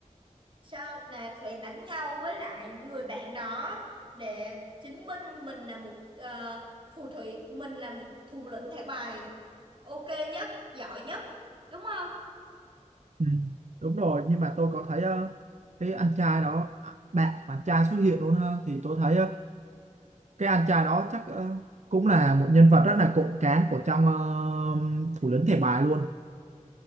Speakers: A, on the right (about 40°); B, on the right (about 65°).
A: sao là sẽ đánh nhau với lại người bạn đó để chứng minh mình là một ờ, phù thủy, mình là một thủ lĩnh thẻ bài ok nhất, giỏi nhất, đúng không?
B: ừ, đúng rồi nhưng mà tôi có thấy ờ, cái anh trai đó à, bạn bạn trai xuất hiện luôn ha thì tôi thấy cái anh trai đó chắc ờ, cũng là một nhân vật rất là cộm cán của trong ờ, thủ lĩnh thẻ bài luôn